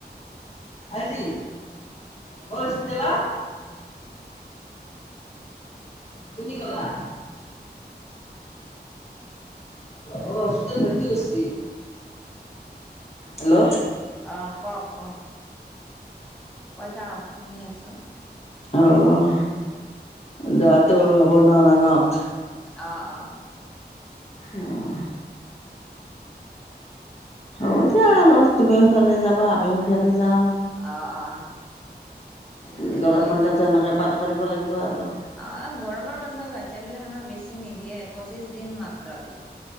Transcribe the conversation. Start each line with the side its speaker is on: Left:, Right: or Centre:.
Left: আজি অ হচপিতালত কুনি কলাক হচপিতাল ভত্তি কৰছি হেল্ল'
Centre: অহ কওক কওক কৈ থাকক অ শুনি আছো
Left: অহ য'তো হ'ব ন নগাঁৱত
Centre: অ‌ অ।
Left: উম। হ'ব দিয়া
Centre: এতিয়া
Left: আৰু তুমিও সিফালে যাবা আমিও সিফালে যাম।
Centre: অ', অ', এনেকে
Left: যাম গৰম
Centre: গৈ
Left: বন্ধটো
Centre: আহি
Left: এনেকে পাৰ কৰিব লাগিব। আৰু।
Centre: অ গৰমৰ বন্ধ বাচ্ছা বিলাখনৰ বেছি নিদিয়ে পঁচিশ দিন মাত্ৰ দিব।